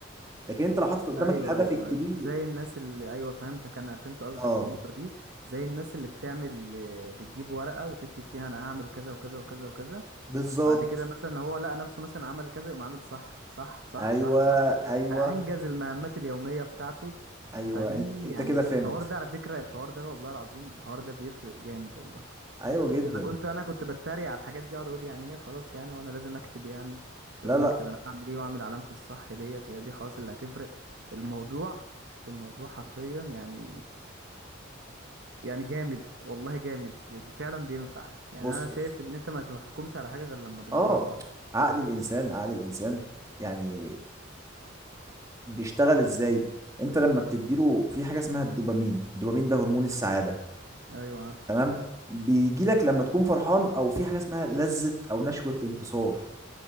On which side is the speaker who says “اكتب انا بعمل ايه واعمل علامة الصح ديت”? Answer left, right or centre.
Right